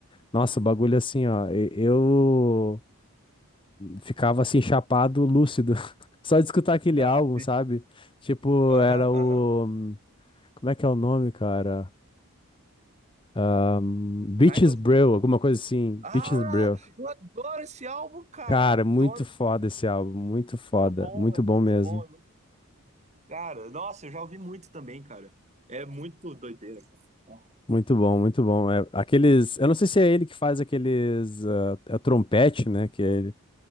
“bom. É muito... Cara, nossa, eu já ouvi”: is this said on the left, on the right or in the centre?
Right